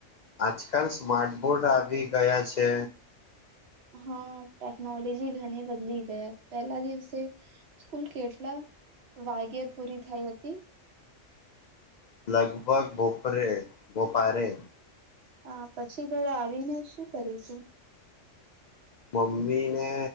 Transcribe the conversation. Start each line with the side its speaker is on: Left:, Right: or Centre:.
Left: આજકાલ સ્માર્ટ બોર્ડ આ ગયા છે
Right: હા ટેકનોલોજી ઘણી બદલી ગયા પેલા દિવસે સ્કૂલ કેટલા વાગ્યે પૂરી થઈ હતી
Left: લગભગ બોપરે બોપારે
Right: હા પછી ઘરે આવીને શું કર્યું તું
Left: મમ્મીને